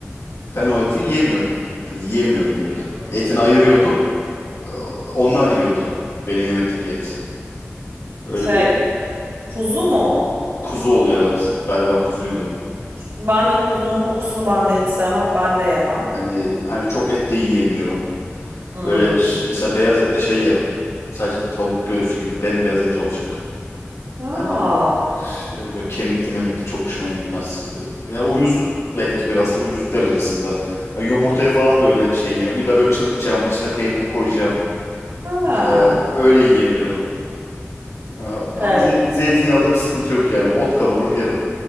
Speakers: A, on the left; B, on the right.
A: Ben o eti yemiyordum. Hani yemiyordum bile.
B: Hmm.
A: Etini ayırıyordum. Ee, Onlar yiyordu benim yemekteki et. Öyle
B: Şey
A: bir
B: kuzu mu?
A: Kuzu oluyor evet. Galiba kuzuydu.
B: İşte Ben de kuzunun kokusunu ben de hiç sevmem. Ben de yemem.
A: Yani hani çok et de yiyemiyorum.
B: Hmm.
A: Böyle ş- mesela beyaz etle şey yerim. Sadece tavuk göğsü gibi bembeyaz et olacak.
B: Aa,
A: Hani e, kış- e, böyle kemikli memikli çok hoşuma gitmez. E, Ya uyuzluk benimki biraz uyuzluk derecesinde. Ha, yumurtayı falan da öyle şey yemem. İlla böyle çırpacağım, içine peynir koyacağım.
B: ha.
A: E, öyle yiyebiliyorum. E, ama
B: Şey,
A: zeyt, zeytinyağında bir sıkıntı yok yani. Ot kavurur yerim.